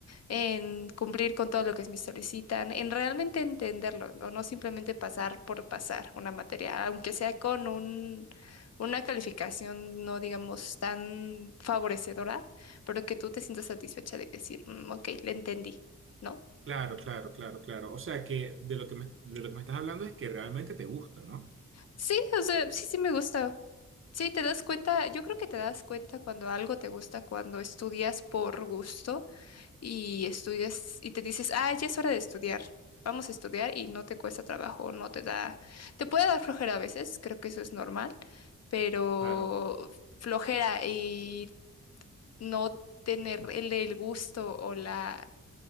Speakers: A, on the left; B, on the right.
A: en cumplir con todo lo que me solicitan, en realmente entenderlo, no, no simplemente pasar por pasar una materia, aunque sea con un, una calificación no digamos tan favorecedora, pero que tú te sientas satisfecha de decir, "Mm, ok, le entendí, ¿no?
B: Claro, claro, claro, claro. O sea que de lo que me, de lo que me estás hablando es que realmente te gusta, ¿no?
A: Sí, o sea, sí, sí me gusta. Sí, te das cuenta, yo creo que te das cuenta cuando algo te gusta, cuando estudias por gusto y estudias y te dices, ah, ya es hora de estudiar, vamos a estudiar y no te cuesta trabajo, no te da, te puede dar flojera a veces, creo que eso es normal, pero
B: Claro.
A: flojera y no tener el, el gusto o la,